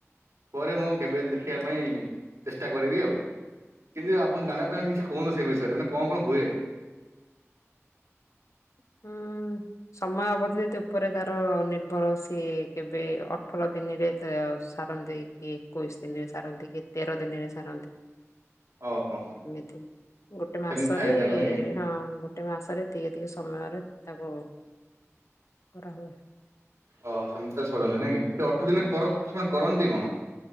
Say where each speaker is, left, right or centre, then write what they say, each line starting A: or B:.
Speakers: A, on the right; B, on the left.
A: ପରେ ମୁଁ କେବେ ଦେଖିବା ପାଇଁ ଚେଷ୍ଟା କରିବି ଆଉ। କିନ୍ତୁ ଆପଣ ଜାଣିବା
B: ହୁଁ
A: ପାଇଁ ଯଦି କିଛି କହୁନୁ ସେ ବିଷୟରେ, ମାନେ କଣ କଣ ହୁଏ? ହ <unintelligible>
B: ହୁଁ, ସମୟ ଅବଧି ଉପରେ ତାର ନିର୍ଭର ସିଏ। କେବେ ଅଠର ଦିନି କେ ତ ସାରନ୍ତି କି ଏକୋଇଶି ଦିନରେ ସାରନ୍ତି କି ତେର ଦିନରେ ସାରନ୍ତି?
A: ଓହୋ
B: ଏମିତି ଗୋଟେ ମାସରେ
A: ସେମିତି ଥାଏ ତାହେଲେ ନାଇଁ କି
B: ହଁ, ଗୋ ଗୋଟେ ମାସରେ ଏତିକି ଏତିକି ସମୟରେ ତାକୁ କରାହୁୁଏ।
A: ଓହ! ସେମିତିଖାଲି ସରାନ୍ତି ନାଇଁ କି, ସେ ଅଠର ଦିନ
B: ହୁଁ
A: କର ସେମାନେ କରନ୍ତି କଣ?